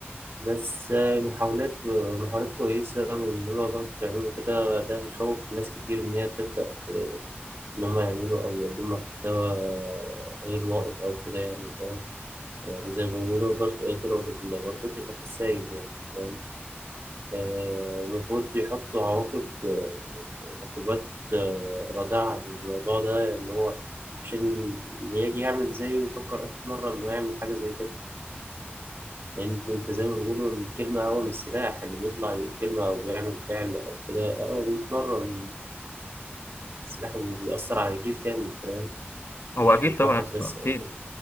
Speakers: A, on the right; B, on the left.
A: بس آه، محاولات محاولات كويسة وإن هما برضه بيعملوا كده ده يخوف ناس كتير إن هي تبدأ في إن هما يعملوا أو يقدموا محتوى غير لائق أو كده يعني فاهم يعني زي ما بيقولوا البش- اضرب المربوط يخاف السايب يعني فاهم آه، المفروض يحطوا عواقب آه، عقوبات آه، رادعة للموضوع ده إن هو عشان اللي يجي يعمل زيه يفكر ألف مرة إنه يعمل حاجة زي كده لأن أنت زي ما بيقولوا الكلمة أقوى من السلاح اللي بيطلع يقول كلمة أو بيعمل فعل أو كده أقوى 100 مرة من السلاح وبيأثر على جيل كامل فاهم مش
B: هو اكيد
A: مش
B: طبعا
A: واحد
B: يا اسطى
A: بس أو
B: اكيد
A: كده